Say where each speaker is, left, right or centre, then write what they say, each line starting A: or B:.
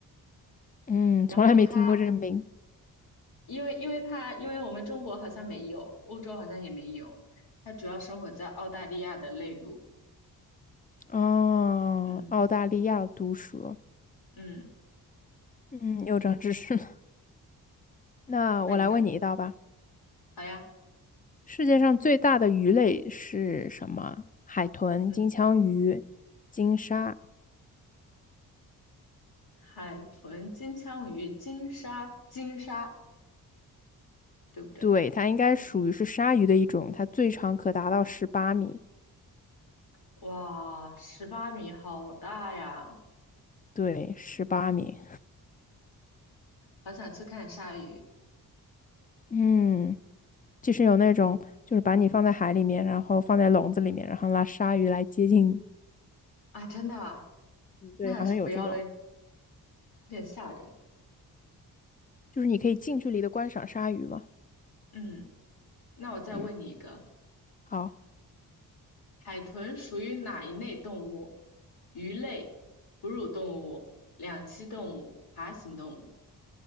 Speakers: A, on the left; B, on the left.
A: 嗯，从来没听过这个名字。
B: 然后它，因为因为它，因为我们中国好像没有，欧洲好像也没有，它主要生活在澳大利亚的内陆。
A: 哦，
B: 嗯
A: 澳大利亚毒蛇。
B: 嗯，
A: 嗯，又长知识了。<laughs> 那我来问你一道吧。
B: 那你这好呀。
A: 世界上最大的鱼类是什么？海豚、
B: 嗯，
A: 金枪鱼、金鲨。
B: 海豚、金枪鱼、金鲨、金鲨，对不对？
A: 对，它应该属于是鲨鱼的一种，它最长可达到十八米。
B: 哇，十八米，好大呀！
A: 对，十八米。
B: 好想去看鲨鱼。
A: 嗯，就是有那种就是把你放在海里面，然后放在笼子里面，然后拉鲨鱼来接近你。
B: 啊，真的啊，
A: 对，
B: 那还是不要了，
A: 好像有这种，
B: 有点吓人。
A: 就是你可以近距离的观赏鲨鱼嘛。
B: 嗯，那我再问你一个，
A: 嗯，好，
B: 海豚属于哪一类动物？鱼类、哺乳动物、两栖动物、爬行动物。